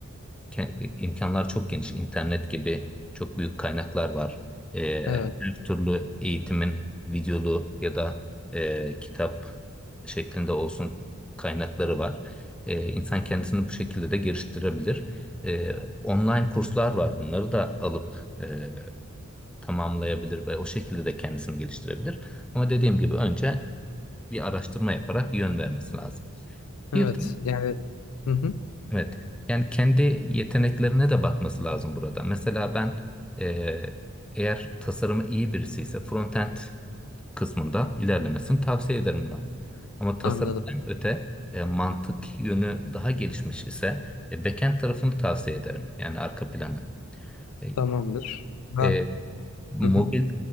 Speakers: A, in the centre; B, on the left.
A: Ke- imkanlar çok geniş. İnternet gibi çok büyük kaynaklar var. Ee,
B: Evet.
A: her türlü eğitimin videolu ya da e, kitap şeklinde olsun kaynakları var. Ee, insan kendisini bu şekilde de geliştirebilir. Ee, online kurslar var. Bunları da alıp e, tamamlayabilir ve o şekilde de kendisini geliştirebilir. Ama dediğim gibi önce bir araştırma yaparak yön vermesi lazım.
B: Evet.
A: Bir de
B: Yani hı hı.
A: Evet. Yani kendi yeteneklerine de bakması lazım burada. Mesela ben eee, eğer tasarımı iyi birisi ise frontend kısmında ilerlemesini tavsiye ederim buna. Ama tasarımdan
B: Anladım.
A: öte e, mantık yönü daha gelişmiş ise e, backend tarafını tavsiye ederim. Yani arka planı. E,
B: Tamamdır. Ha.
A: e, mobil
B: Hı hı.